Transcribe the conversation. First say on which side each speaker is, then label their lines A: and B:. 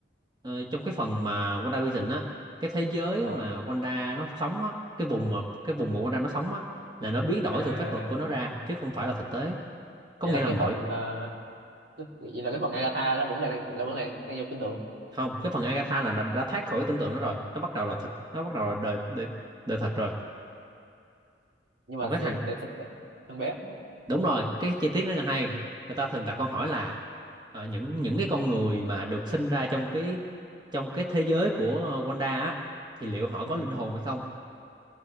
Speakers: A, on the right; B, on the right.
A: ờ, trong cái phần mà WandaVision á cái thế giới
B: ờ
A: mà Wanda nó sống á cái vùng mà cái vùng mà Wanda nó sống á là nó biến đổi
B: à
A: từ phép thuật của nó ra chứ không phải là thực tế có
B: vậy
A: nghĩa
B: là
A: là
B: cái
A: mọi
B: phần ờ, vậy là cái phần Agatha nó vẫn là là vẫn là đang vô tưởng tượng
A: không cái phần Agatha là nó đã thoát khỏi cái tưởng tượng nó rồi nó bắt đầu là thực nó bắt đầu là đời đời, đời thật rồi
B: nhưng
A: còn
B: mà
A: cái
B: sẽ
A: thằng
B: tại sao tại- thằng bé
A: đúng rồi cái chi tiết rất là hay người ta thường đặt câu hỏi là ờ, những những cái con người mà được sinh ra trong cái trong cái thế giới của ờ, Wanda á thì liệu họ
B: ừ.
A: có linh hồn hay không